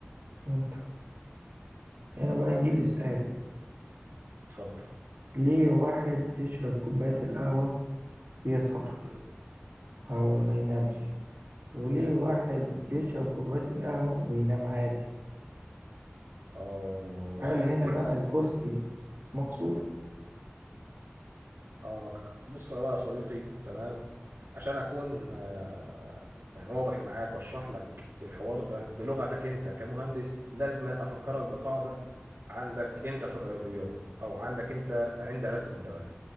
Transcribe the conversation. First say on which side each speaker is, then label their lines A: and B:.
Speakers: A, on the right; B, on the right.
A: فهمت هنا بقى يجيلي سؤال
B: اتفضل
A: ليه واحد يشرب كوباية القهوة يسهر
B: مم.
A: أو
B: مم.
A: ما ينامش وليه
B: حلو
A: واحد يشرب كوباية القهوة وينام عادي
B: اه
A: هل هنا
B: <coughs>
A: بقى الكرسي مكسور
B: <clears throat> اخ بص بقى يا صديقي تمام عشان اكون آه، يعني واضح معاك واشرح لك الحوار ده بلغتك انت كمهندس لازم افكرك بقاعده عندك انت في الرياضيات او عندك انت عند رسم الدوال